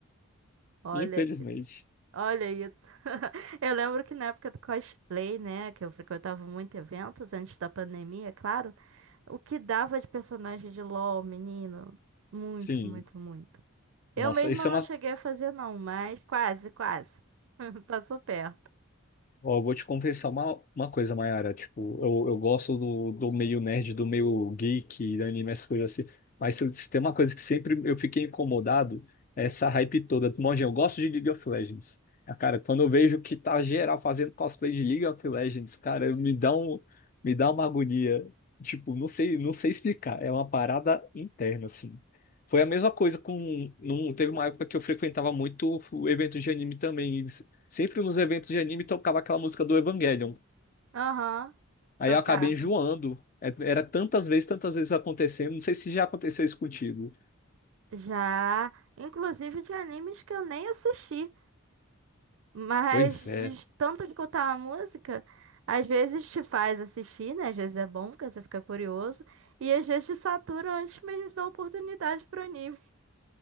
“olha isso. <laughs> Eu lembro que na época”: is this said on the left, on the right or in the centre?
Right